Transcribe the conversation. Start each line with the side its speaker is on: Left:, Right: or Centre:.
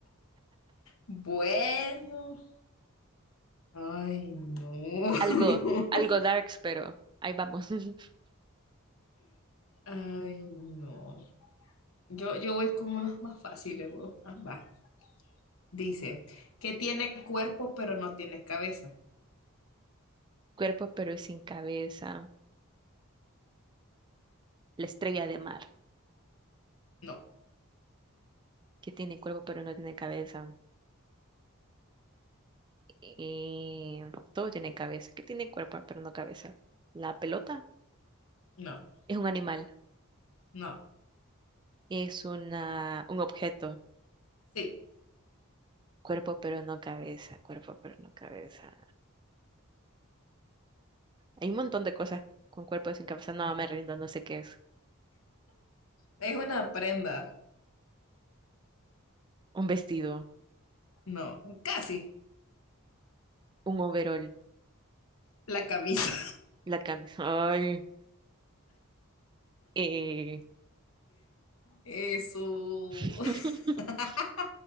Left: Bueno. Ay, no.
Right: Algo, algo
Left: <laughs>
Right: darks, pero ahí vamos. <laughs>
Left: Ay, no. Yo, yo voy con unas más fáciles, vos. Ah, va. Dice, que tiene cuerpo pero no tiene cabeza.
Right: Cuerpo pero sin cabeza. La estrella de mar,
Left: No,
Right: que tiene cuerpo pero no tiene cabeza. Y todo tiene cabeza, que tiene cuerpo pero no cabeza. La pelota
Left: no,
Right: es un animal,
Left: no.
Right: es una, un objeto.
Left: Sí,
Right: Cuerpo pero no cabeza, cuerpo pero no cabeza. Hay un montón de cosas con cuerpo sin cabeza. No, me rindo, no sé qué es.
Left: es una prenda.
Right: Un vestido,
Left: No, casi.
Right: un overol,
Left: La camisa.
Right: la camisa. Ay. eh,
Left: <laughs> Eso.
Right: <laughs>
Left: <laughs>